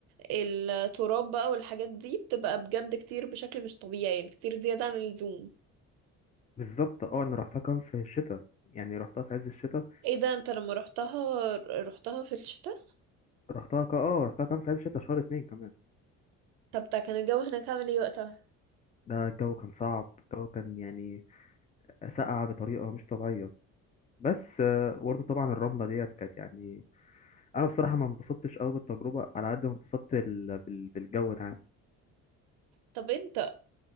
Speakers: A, on the right (about 80°); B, on the left (about 20°).
A: التراب بقى والحاجات دي بتبقى بجد كتير بشكل مش طبيعي يعني كتير زيادة عن اللزوم
B: بالظبط اه انا رحتها كان في الشتاء يعني رحتها في عز الشتاء
A: ايه ده انت لما رحتها رحتها في الشتاء
B: رحتها ك... اه رحتها كان في عز الشتا شهر اتنين كمان
A: طب ده كان الجو هناك عامل ايه وقتها
B: ده الجو كان صعب الجو كان يعني ساقع بطريقة مش طبيعية بس آه، برضه طبعا الرملة ديت كانت يعني أنا بصراحة ما انبسطتش أوي بالتجربة على قد ما انبسطت ال... بال... بالجو العام
A: طب انت